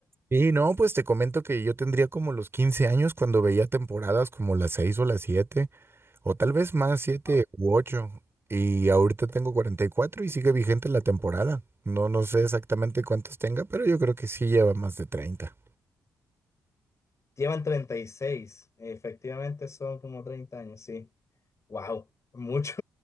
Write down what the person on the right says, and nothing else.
Y no, pues te comento que yo tendría como los 15 años cuando veía temporadas como las 6 o las 7. O tal vez más siete
u ocho. Y ahorita tengo cuarenta y cuatro y sigue vigente la temporada. No, no sé exactamente cuántos tenga, pero yo creo que sí lleva más de treinta